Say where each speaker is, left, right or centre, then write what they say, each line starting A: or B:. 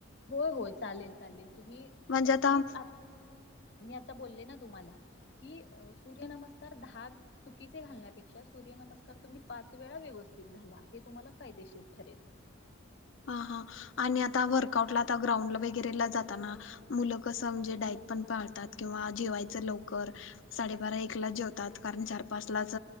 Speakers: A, on the left; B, on the left.
A: होय होय चालेल चालेल तुम्ही
B: म्हणजे आता
A: मी आत मी आता बोलले ना तुम्हाला कि अ सूर्यनमस्कार त्र दहा चुकीचे घालण्यापेक्षा सूर्य नमस्कार तुम्ही पाच वेळा व्यवस्थित घला हे तुम्हाला फायदेशीर ठरेल
B: हा हा आणि आता वर्कआउटला आता ग्राउंड वगैरेला जाताना मुलं कसं म्हणजे डाईट पण पाळतात किंवा जेवायचं लवकर साडेबारा एकला जेवतात कारण चार पाच लाच